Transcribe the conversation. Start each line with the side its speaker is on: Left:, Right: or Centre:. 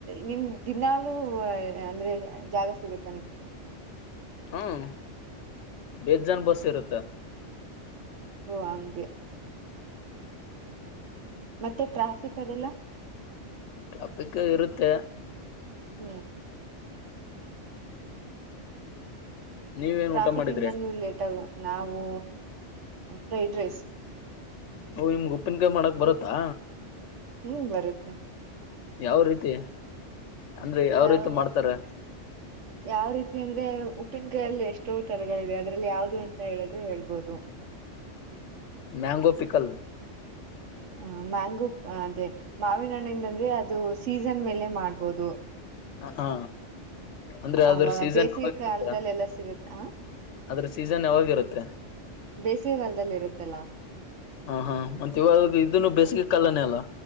Right: ನಿಮ ದಿನಾಲೂ ಅಂದ್ರೆ ಜಾಗ ಸಿಗತ್ತಾ ನಿಮ್ಗೆ
Left: ಹಾಂ ಬೆಜ್ಜಾನ್ ಬಸ್ ಇರುತ್ತೆ
Right: ಓ ಹಂಗೆ ಮತ್ತೆ ಟ್ರಾಫಿಕ್ ಅದೆಲ್ಲ
Left: ಟ್ರಾಫಿಕ್ ಇರುತ್ತೆ
Right: ಹ್ಮ್
Left: ನೀವೇನ್
Right: ಟ್ರಾಫಿಕ್
Left: ಊಟ ಮಾಡಿದ್ರಿ
Right: ಇಂದ ನೀವು ಲೇಟ್ ಆಗ.. ನಾವು ಫ್ರೈಡ್ ರೈಸ್
Left: ಓ ನಿಮ್ಗ್ ಉಪ್ಪಿನ್ ಕಾಯಿ ಮಾಡಕ್ ಬರತ್ತಾ
Right: ಹ್ಮ್ ಬರುತ್ತೆ
Left: ಯಾವ ರೀತಿ ಅಂದ್ರೆ ಯಾವು
Right: ಯಾವ
Left: ರೀತಿ ಮಾಡ್ತಾರೆ
Right: ಯಾವ ರೀತಿ ಅಂದ್ರೆ ಉಪ್ಪಿನ ಕಾಯಿಯಲ್ಲಿ ಎಷ್ಟೋ ತರಗಳಿವೆ ಅದ್ರಲ್ಲಿ ಯಾವುದು ಅಂತ ಹೇಳಿದ್ರೆ ಹೇಳ್ಬೋದು
Left: ಮ್ಯಾಂಗೋ ಪಿಕಲ್
Right: ಹ ಮ್ಯಾಂಗೋ ಅದೇ ಮಾವಿನ ಹಣ್ಣಿಂದ ಅಂದ್ರೆ ಅದು ಸೀಸನ್ ಮೇಲೆ ಮಾಡ್ಬೋದು
Left: ಹಾ ಅಂದ್ರೆ ಅದ್ರ
Right: ಅವಾಗ
Left: ಸೀಸನ್
Right: ಬೇಸಿಗೆ
Left: ಯಾವರುತ್ತ
Right: ಕಾಲದಲ್ಲೆಲ್ಲ ಸಿಗುತ್ತ ಆ
Left: ಅದ್ರ ಸೀಸನ್ ಯಾವಾಗಿರುತ್ತೆ
Right: ಬೇಸಿಗೆಕಾಲ್ದಲ್ಲಿ ಇರುತ್ತಲ್ಲಾ
Left: ಹ ಹಾ ಮತ್ತತ್ ಇವಾಗ ಇದನ್ನು ಬೇಸಿಗೆ ಕಾಲನೆ ಅಲ್ಲಾ